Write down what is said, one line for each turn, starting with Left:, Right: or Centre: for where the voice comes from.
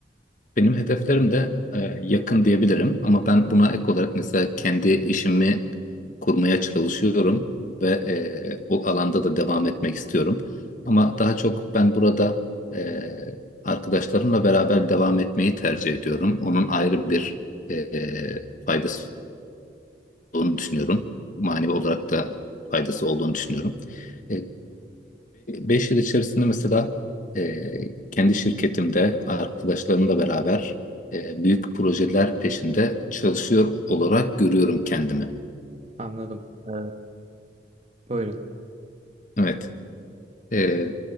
Left: Benim hedeflerim de e, yakın diyebilirim ama ben buna ek olarak mesela kendi işimi kurmaya çalışıyorum ve e, o alanda da devam etmek istiyorum. Ama daha çok ben burada e, arkadaşlarımla beraber devam etmeyi tercih ediyorum. Onun ayrı bir e, faydası olduğunu düşünüyorum. Manevi olarak da faydası olduğunu düşünüyorum. E, 5 yıl içerisinde mesela e, kendi şirketimde arkadaşlarımla beraber e, büyük projeler peşinde çalışıyor olarak görüyorum kendimi.
Right: Anladım. Ee, buyurun.
Left: Evet. Ee,